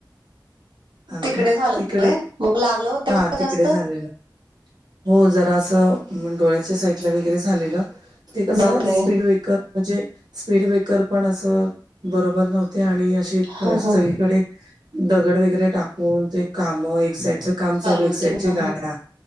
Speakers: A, on the right; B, on the right.
A: ह
B: तिकडे
A: ना
B: झालंय
A: तिकडे,
B: मग लागलं होतं
A: हा
B: का
A: तिकडे
B: जास्त
A: झालेल. हो, जरा असं डोळ्याच्या साईडला वगैरे, झालेलं ते कसं
B: बापरे
A: स्पीड बेकर म्हणजे, स्पीड ब्रेकर पण असं बरोबर नव्हतं. ते, आणि अशी
B: हा
A: सगळीकडे
B: हा
A: दगड वगैरे टाकून, ते काम एक साईटच काम चालू एक
B: होती
A: साईड,
B: हा
A: गाड्या